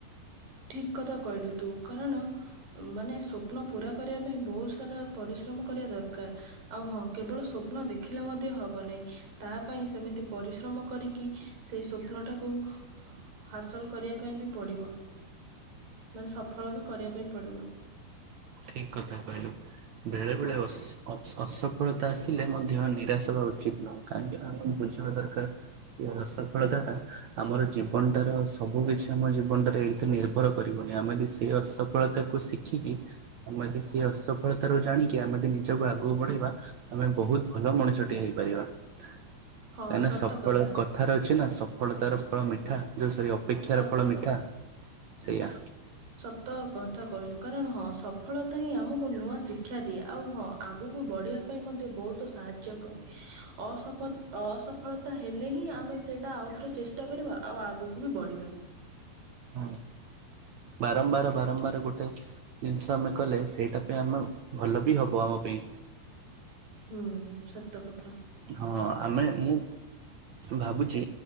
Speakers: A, on the right; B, on the right.
A: ଠିକ କଥା କହିଲୁ ତୁ କାରଣ ମାନେ ସ୍ୱପ୍ନ ପୁରା କରିବା ପାଇଁ ବହୁତ ସାରା ପରିଶ୍ରମ ମ କରିବା ଦରକାର ଆଉ ହଁ କେବଳ ସ୍ୱପ୍ନ ଦେଖିଲେ ମଧ୍ୟ ହବ ନାହିଁ ତା ପାଇଁ ସେମିତି ପରି ପରିଶ୍ରମ କରିକି ସେହି ସ୍ୱପ୍ନଟାକୁ ହାସଲ କରିବା ପାଇଁ ବି ପଡ଼ିବ। ମାନେ ସଫଳ ବି କରିବା ପାଇଁ ପଡିବ।
B: ଠିକ୍ କଥା କହିଲୁ। ବେଳେ ବେଳେ ଅସ୍-ଅସ୍-ଅସଫଳତା ଆସିଲେ ମଧ୍ୟ ନିରାଶ ହବା ଉଚିତ ନୁଅ କାହିଁକିନା ଆମକୁ ସ ଦରକାର। ଏ ସଫଳତା ଟା ଆମର ଜୀବନଟାର ସବୁ କିଛି ଆମ ଜୀବନଟାରେ ଏଇଥିରେ ନିର୍ଭର କରିବ। ଆମେ ଯଦି ସେଇ ଅସଫଳତାକୁ ଶିଖି ବି ଆମେ ସେଇ ଅସ ସଫଳତାରୁ ଜାଣିକି ଆମେ ଯଦି ନିଜକୁ ଆଗକୁ ବଢେଇବା ଆମେ ବହୁତ ଭଲ ମଣିଷଟିଏ ହେଇପାରିବା। କାହିଁକିନା
A: ହଁ ସତ
B: ସଫଳ
A: କଥା
B: କଥାର ଅଛି ନା ସଫଳତାର ଫଳ ମିଠା। ଯେଉଁ ସରି ଅପେକ୍ଷାର
A: ସତ
B: ଫଳ ମିଠା
A: କଥା
B: ସେଇୟା।
A: ସତ କଥା କହିଲୁ କାରଣ ହଁ ସଫଳତା ହିଁ ଆମକୁ ନୂଆ ଶିକ୍ଷା ଦିଏ ଆଉ ହଁ ଆଗକୁ ବଢ଼ିବା ପାଇଁ ମଧ୍ୟ ବୋହୁତ ସାହାଯ୍ୟ କରେ ଅସପଥ-ଅସଫଳତା ହେଲେ ହିଁ ଆମେ ସେଇଟା ଆଉଥରେ ଚେଷ୍ ଚଷ୍ଟା କରିବା ଆଉ ଆଗକୁ ବି ବଢିବା।
B: ହୁଁ। ବାରମ୍ବାର ବାରମ୍ବାର ଗୋଟେ ଜିନିଷ ଆମେ କଲେ ସେଇଟା ପାଇଁ ଆମେ ଭଲ ବି ହବ ଆମ ପାଇଁ।
A: ହୁଁ ସତ କଥା।
B: ହଁ ଆମେ ମୁଁ ଭାବୁଛି